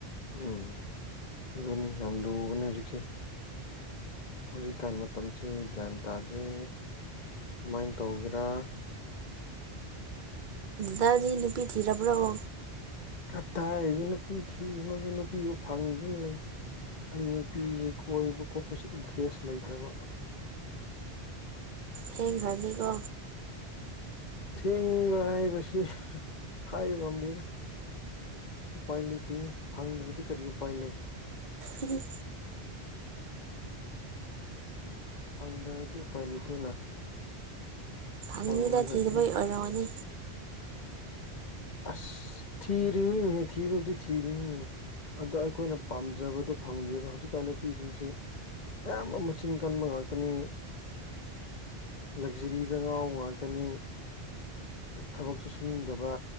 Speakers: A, on the left (about 45°); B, on the right (about 55°).
A: ꯎꯝ ꯑꯗꯨꯅꯤ ꯌꯥꯝ ꯂꯨꯕꯅꯦ ꯍꯧꯖꯤꯛꯁꯦ ꯍꯧꯖꯤꯛꯀꯥꯟ ꯃꯇꯝꯁꯤ ꯒ꯭ꯌꯥꯟ ꯇꯥꯗꯦ ꯀꯃꯥꯏꯅ ꯇꯧꯒꯦꯔꯥ
B: ꯗꯥꯗꯤ ꯅꯨꯄꯤ ꯊꯤꯔꯕ꯭ꯔꯣ
A: ꯀꯊꯥꯏꯗꯤ ꯅꯨꯄꯤ ꯊꯤꯅ ꯅꯨꯄꯤꯕꯨ ꯐꯪꯗꯨꯅ ꯂꯩ ꯑꯩ ꯅꯨꯄꯤꯁꯤ ꯀꯣꯏꯕ ꯈꯣꯠꯄꯁꯤ ꯏꯟꯇꯔꯦꯁ ꯂꯩꯇꯕ
B: ꯍꯦꯡꯘꯔꯅꯤꯀꯣ
A: ꯊꯦꯡꯕ ꯍꯥꯏꯕꯁꯤ ꯍꯥꯏꯕ ꯑꯝꯗ ꯎꯄꯥꯏ ꯂꯩꯇꯦꯅꯤ ꯐꯪꯗ꯭ꯔꯗꯤ ꯀꯔꯤ ꯎꯄꯥꯏ ꯂꯩ
B: ꯎꯝ
A: ꯐꯪꯗ꯭ꯔꯗꯤ ꯎꯄꯥꯏ ꯂꯩꯇꯦꯅ
B: ꯑꯅꯤꯗ
A: ꯐꯪꯉꯒꯗꯤ
B: ꯊꯤꯗ ꯄꯩ ꯑꯣꯏꯔꯣꯅꯤ
A: ꯑꯁ ꯊꯤꯔꯤꯅꯦ ꯊꯤꯕꯕꯨꯗꯤ ꯊꯤꯔꯤꯅꯦ ꯑꯗ ꯑꯩꯈꯣꯏꯅ ꯄꯥꯝꯖꯕꯗꯣ ꯐꯪꯗꯦꯕ ꯍꯧꯖꯤꯛꯀꯥꯟ ꯅꯨꯄꯤꯁꯤꯡꯁꯦ ꯑꯌꯥꯝꯕ ꯃꯆꯤꯟ ꯀꯟꯕ ꯉꯥꯛꯇꯅꯤ ꯂꯛꯖꯔꯤꯗ ꯉꯥꯎ ꯉꯥꯛꯇꯅꯤ ꯊꯕꯛꯁꯨꯨ ꯁꯨꯅꯤꯡꯗꯕ